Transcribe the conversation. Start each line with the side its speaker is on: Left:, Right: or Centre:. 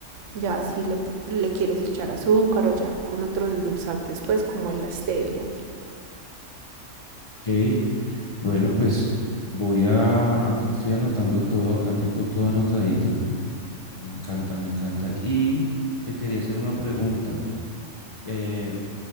Right: Ya si le, le quieres echar azúcar o ya con otros endulzantes, pues como es la stevia.
Left: Ok, bueno, pues voy a... Acá estoy anotando todo, acá tengo todo anotadito. Me encanta, me encanta. Y te quería hacer una pregunta. eh,